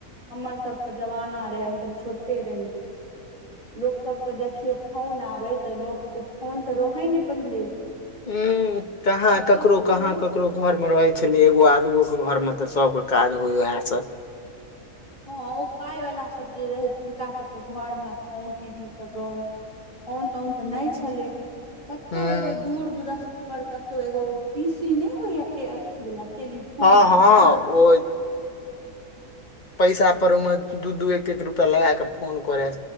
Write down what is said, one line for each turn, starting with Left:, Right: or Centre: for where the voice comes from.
Right: हमर सब कऽ जमाना रहे हमसब छोटे रहियै लोकसभके देखियै फोन आबै तऽ लोक फोन तऽ रहै ने पहिले
Left: हू कहाँ
Right: कतौ
Left: ककरो
Right: कतौ
Left: कहाँ ककर घर मे रहे छले एगो आदगो के घर मे तऽ सबके काज होए वएह से
Right: हँ ओ पाय वला सब जे रहै तिनका सबके घर मे फोन टी वी सब रहै फोन तोउन तऽ नहि छल कतहु
Left: हूँ
Right: एगो दूर दुरस्त पर कतहु एगो पीसी नहि होइ य अथी वाल टेलीफोन
Left: हँ हँ
Right: वला।
Left: ओ पैसा पर ओहिमे दू दू एक एक रुपया लगा क फोन करैय